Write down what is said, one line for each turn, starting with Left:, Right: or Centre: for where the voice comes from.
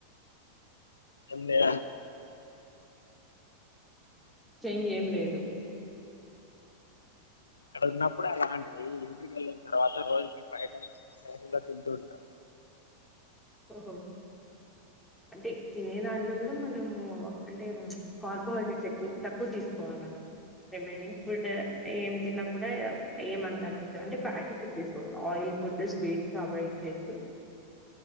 Left: ఉండే.
Centre: చేంజ్ ఏం లేదు.
Left: అక్కడ ఉన్నప్పుడు అలాంటిది ఇంటికేళ్ళిన తర్వాత రోజుకి ఫైవ్ టైమ్ అలా తింటుంటా.
Centre: ఓహో అంటే తినే దాంట్లో గూడా మనము అంటే మూ. కార్బోహైడ్రేట్స్ ఎక్కువ తక్కువ తీసుకోవాలన్న. రిమైనింగ్ ఫుడ్డ ఏం తిన కూడా ఏమంత అనిపిస్తుంది అంటే ఫ్యాటి. ఫుడ్ తీసుకుంటా ఆయిల్ ఫుడ్ స్వీట్స్ అవాయిడ్ చేస్తు.